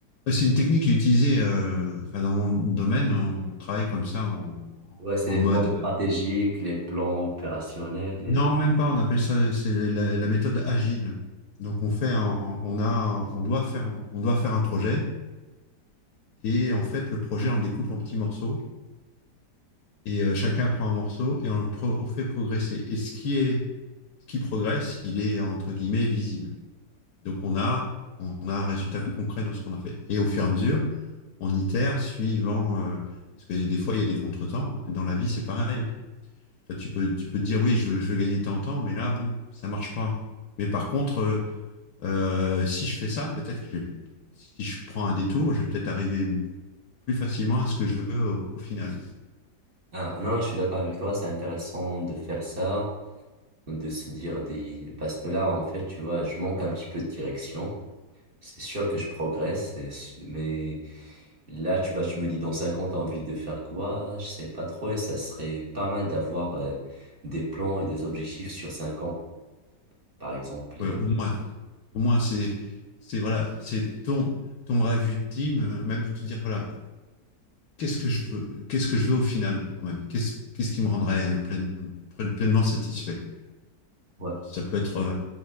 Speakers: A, on the left; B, on the right.
A: C'est une technique qui est utilisée, euh, enfin, dans mon domaine, on travaille comme ça en, en-
B: Ouais, c'est
A: en
B: les
A: mode.
B: plans
A: euh,
B: stratégiques, les plans opérationnels.
A: Non,
B: et le-
A: même pas, on appelle ça c'est la, la méthode agile. Donc on fait un- on a, on doit faire, on doit faire un projet et en fait le projet on le découpe en petits morceaux et euh, chacun prend un morceau et on, le pro- on fait progresser. Et ce qui est, ce qui progresse, il est entre guillemets visible. Donc on a, on a un résultat concret dans ce qu'on a fait. Et au fur et à mesure, On itère suivant. euh, parce que des fois, il y a des contretemps. hein. Dans la vie, c'est pareil. Toi, tu peux, tu peux te dire, oui, je, veux- je veux gagner tant en temps, mais là, bon, ça marche pas. Mais par contre, euh, euh, si je fais ça, peut-être que j'ai- si je prends un détour, je vais peut-être arriver plus facilement à ce que je veux au, au final.
B: Ah, non, je suis d'accord avec toi, c'est intéressant de faire ça, de se dire des... Parce que là, en fait, tu vois, je manque un petit peu de direction. C'est sûr que je progresse, c'est su- mais... Là, tu vois, tu me dis dans 5 ans, t'as envie de faire quoi? Je sais pas trop et ça serait pas mal d'avoir euh, des plans et des objectifs sur 5 ans, par exemple. Et-
A: Ouais, au moins, au moins, c'est, c'est voilà, c'est ton, ton rêve ultime, euh, même te dire, voilà, qu'est-ce que je veux, qu'est-ce que je veux au final dans ma vie? Qu'est-ce, qu'est-ce qui me rendrait pleine- pleine- pleinement satisfait?
B: Ouais.
A: Ça peut être euh,